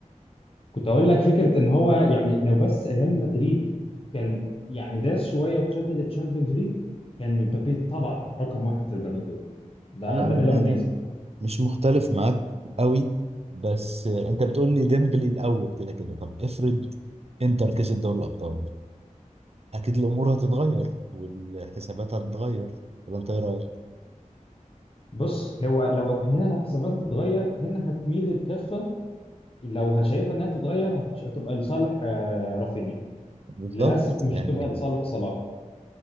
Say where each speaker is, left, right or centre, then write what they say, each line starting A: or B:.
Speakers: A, on the left (about 45°); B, on the right (about 50°).
A: كنت اقول لك فكره ان هو يعني لو بس ريال مدريد كان يعني داس شويه وخد التشامبيونز ليج كان مبابي طبعا رقم واحد في البالون دور ده
B: انا
A: ده بلا
B: يعني
A: منازع
B: مش مختلف معاك قوي بس انت بتقول لي ديمبلي الاول كده كده طب افرض انتر كسب دوري الابطال اكيد الامور هتتغير والحسابات هتتغير طب انت ايه رايك
A: بص هو لو هنا الحسابات هتتغير هنا هتميل الكفه لو هشايفها انها تتغير هتش- هتبقى لصالح آه، رافينيا
B: بالظبط
A: للاسف مش
B: يعني
A: هتبقى لصالح صلاح